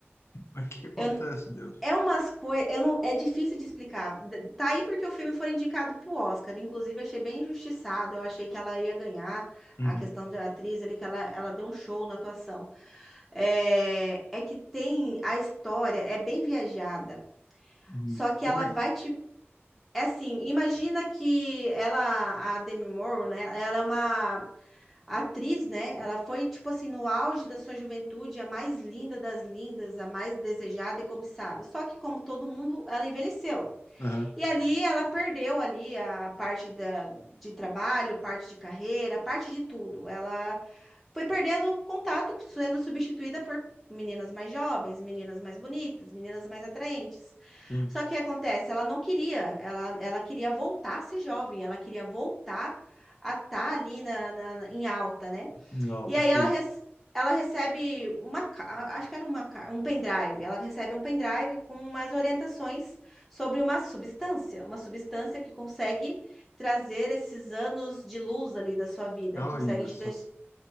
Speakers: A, on the left; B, in the centre.
A: Mas o que que acontece,
B: eu,
A: Deus?
B: É umas coisas, é difícil de explicar. D- Tá aí porque o filme foi indicado pro Oscar. Inclusive, achei bem injustiçado. Eu achei que ela ia ganhar
A: Uhum.
B: a questão da atriz ali, que ela, ela deu um show na atuação. É, é que tem a história, é bem viajada.
A: Uhum.
B: Só que
A: Como
B: ela
A: é
B: vai
A: que...
B: te. É assim, imagina que ela, a Demi Moore, né? Ela é uma a atriz, né? Ela foi, tipo assim, no auge da sua juventude, a mais linda das lindas, a mais desejada e cobiçada. Só que, como todo mundo, ela envelheceu.
A: Aham.
B: E ali ela perdeu ali a parte da, de trabalho, parte de carreira, parte de tudo. Ela foi perdendo contato, sendo substituída por meninas mais jovens, meninas mais bonitas, meninas mais atraentes.
A: Uhum.
B: Só que o que acontece? Ela não queria, ela, ela queria voltar a ser jovem, ela queria voltar a estar ali na, na- na- em alta, né?
A: Não,
B: E
A: tá
B: aí
A: certo.
B: ela, rec- ela recebe uma, ca- a- acho que era uma, ca- um pendrive. Ela recebe um pendrive com umas orientações sobre uma substância, uma substância que consegue trazer esses anos de luz ali da sua vida,
A: Olha
B: consegue te
A: só.
B: deix-